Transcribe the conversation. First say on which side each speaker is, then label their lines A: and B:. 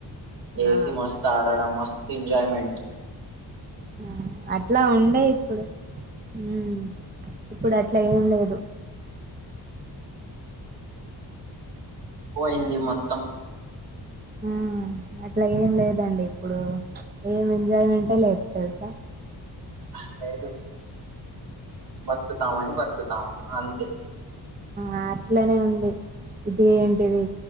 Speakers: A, on the right (about 75°); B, on the right (about 25°).
A: ఏసి
B: ఆ
A: మస్త్ ఆడాడం మస్త్ ఎంజాయ్ మెంట్
B: ఆ అట్లా ఉండే ఇప్పుడు ఉమ్ ఇప్పుడు అట్లా ఏం లేదు
A: పోయింది మొత్తం
B: ఆ అట్లా ఏం లేదండి ఇప్పుడు ఏమి ఎంజాయ్ మెంట్ ఎ లేదు తెలుసా
A: మరి లేదు బతుకుతామాని బతుకుతమా అంతే
B: ఆ అట్లానే ఉంది ఇది ఏంటిది